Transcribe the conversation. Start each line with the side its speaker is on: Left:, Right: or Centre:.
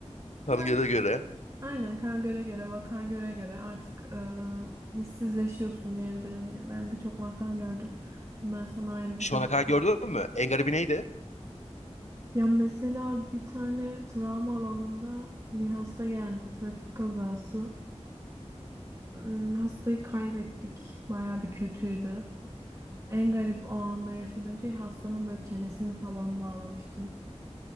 Left: Tanrı
Right: Ya
Left: göre
Right: işte,
Left: göre.
Right: aynen kan göre göre vaka göre göre artık e, hissizleşiyorsun diyebilirim ya. Ben birçok vaka gördüm. Bunlar sana ayrı bir
Left: Şu
Right: zaman.
Left: ana kadar gördün mü? En garibi neydi?
Right: Ya mesela bir tane travma alanında bir hasta geldi. Trafik kazası. Hmm, Hastayı kaybettik. Baya bir kötüydü. En garip o anda yaşadığım şey hastanın böyle çenesini falan bağlamıştım.